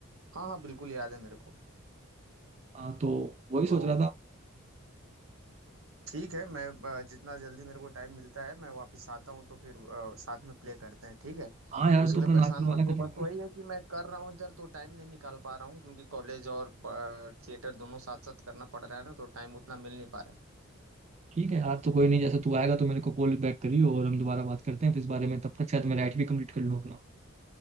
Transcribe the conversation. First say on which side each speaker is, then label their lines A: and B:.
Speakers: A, on the right; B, on the right.
A: हाँ हाँ बिल्कुल याद है मेरे को
B: हाँ तो वही
A: तो
B: सोच रहा था
A: ठीक है मैं अ, जितना जल्दी मेरे को टाइम मिलता है मैं वापस आता हूँ तो फिर अ, साथ में प्ले करते हैं ठीक है
B: हाँ यार
A: उसके
B: तू
A: लिए
B: अपना
A: परेशान
B: नाटक वाला
A: मत हो
B: खत्म
A: बस
B: कर
A: वही है कि मैं कर रहा हूँ इधर तो टाइम नहीं निकाल पा रहा हूँ क्योंकि कॉलेज और थिएटर दोनों साथ साथ करना पड़ रहा है ना तो टाइम उतना मिल नहीं पा रहा है
B: ठीक है यार तो कोई नहीं जैसे तू आएगा तो मेरे को कॉल बैक करियो और हम दोबारा बात करते हैं फिर इस बारे में तब तक शायद मैं राइट भी कंप्लीट कर लूँ अपना